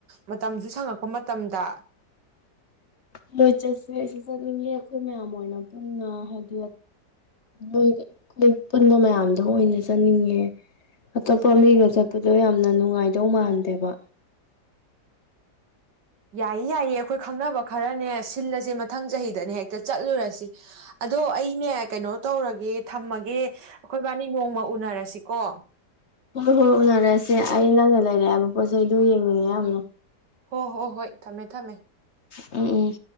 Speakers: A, on the right; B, on the left.
A: ꯃꯇꯝꯁꯨ ꯁꯪꯉꯛꯄ ꯃꯇꯝꯗ
B: ꯃꯣꯏ ꯆꯠꯁꯦ ꯑꯩꯁꯨ ꯆꯠꯅꯤꯡꯉꯦ ꯑꯩꯈꯣꯏ ꯃꯌꯥꯝ ꯑꯣꯏꯅ ꯄꯨꯟꯅ ꯍꯥꯏꯗꯤ ꯅꯣꯏ ꯑꯩꯈꯣꯏ ꯄꯨꯟꯕ ꯃꯌꯥꯝꯗꯣ ꯑꯣꯏꯅ ꯆꯠꯅꯤꯡꯉꯦ ꯑꯇꯣꯞꯄ ꯃꯤꯒ ꯆꯠꯄꯗꯣ ꯌꯥꯝꯅ ꯅꯨꯡꯉꯥꯏꯗꯧ ꯃꯥꯟꯗꯦꯕ
A: ꯌꯥꯏꯌꯦ ꯌꯥꯏꯌꯦ ꯑꯩꯈꯣꯏ ꯈꯪꯅꯕ ꯈꯔꯅꯦ ꯁꯤꯜꯂꯁꯦ ꯃꯊꯪ ꯆꯍꯤꯗꯅꯦ ꯍꯦꯛꯇ ꯆꯠꯂꯨꯔꯁꯤ ꯑꯗꯣ ꯑꯩꯅꯦ ꯀꯩꯅꯣ ꯇꯧꯔꯒꯦ ꯊꯝꯃꯒꯦ ꯑꯩꯈꯣꯏꯕꯥꯅꯤ ꯅꯣꯡꯃ ꯎꯅꯔꯁꯤꯀꯣ
B: ꯍꯣꯏ ꯍꯣꯏ ꯎꯅꯔꯁꯦ ꯑꯩ ꯅꯪꯅ ꯂꯩꯔꯑꯦꯕ ꯄꯣꯠ ꯆꯩꯗꯨꯣ ꯌꯦꯡꯅꯤꯡꯉꯦ ꯌꯥꯝꯅꯨ
A: ꯍꯣ ꯍꯣ ꯍꯣꯏ ꯊꯝꯃꯦ ꯊꯝꯃꯦ
B: ꯎꯝ ꯎꯝ